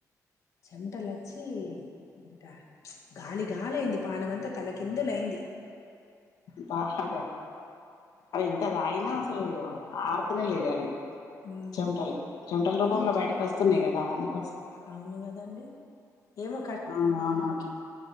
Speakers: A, on the left; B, on the left.
A: చెమటలచ్చి టా గాలి కాలైంది పానమంతా తలకిందులైంది
B: బాగా అవి ఎంత తాగిన అసలు ఆర్తనే లేదు అది
A: మ్మ్
B: చెమటలు చెమటల రూపంలో
A: ఏమో ఇట్లా
B: బయటకి వస్తున్నాయి కదా అందుకోసం
A: అవును కదండి ఏమో
B: ఆ అవును అట్ల్